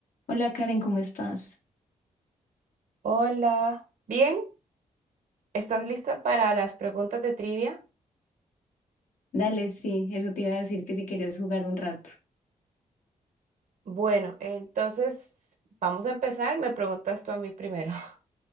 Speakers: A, on the left; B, on the right.
A: Hola Karen, ¿cómo estás?
B: Hola, bien, ¿estás lista para las preguntas de trivia?
A: Dale, sí, eso te iba a decir que si querías jugar un rato.
B: Bueno, entonces vamos a empezar. Me preguntas tú a mí primero. <laughs>